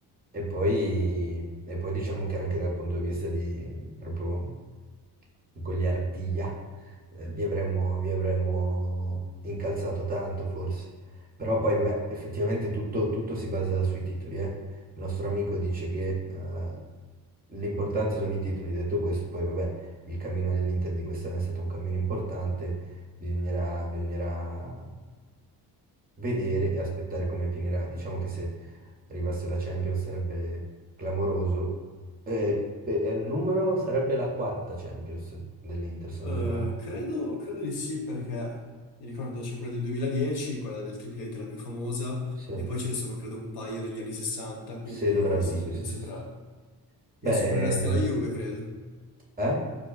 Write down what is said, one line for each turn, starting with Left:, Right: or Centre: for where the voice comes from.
Right: E poi, e poi diciamo che anche dal punto di vista di proprio goliardia eh, vi avremmo, vi avremmo incalzato tanto forse. Però poi, vabbè, effettivamente tutto, tutto si basa sui titoli, eh. Il nostro amico dice che eh, l'importante sono i titoli. Detto questo, poi, vabbè, il cammino dell'Inter di quest'anno è stato un cammino importante. Bisognerà, bisognerà vedere e aspettare come finirà. Diciamo che se arrivasse la Champions sarebbe clamoroso. E, e il numero sarebbe la quarta Champions dell'Inter, se
Left: Eh,
Right: non sbaglio.
Left: credo, credo di sì, perché mi ricordo c'è quella del 2010, quella del triplete la più famosa,
Right: Sì.
Left: e poi ce ne sono credo un paio negli anni 60, quindi
Right: Sì, dovrebbero,
Left: sì,
Right: sì,
Left: penso
Right: sì, sì.
Left: tra
Right: sì.
Left: E
Right: Beh,
Left: superereste la
Right: eh,
Left: Juve, credo.
Right: eh?